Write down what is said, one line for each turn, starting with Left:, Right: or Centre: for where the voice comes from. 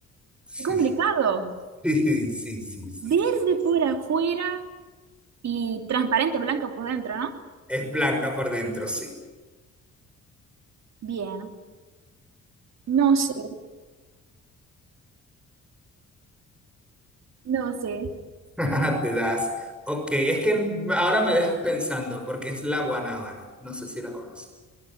Centre: Sí,
Right: Qué complicado.
Centre: sí, <laughs> sí, sí, sí, sí.
Right: Verde
Centre: sí.
Right: por afuera y transparente blanca por dentro, ¿no?
Centre: Es blanca por dentro, sí.
Right: Bien. No sé, no sé.
Centre: <laughs> Te das. Ok, es que ahora me dejas pensando porque es la guanábana. No sé si la conoces.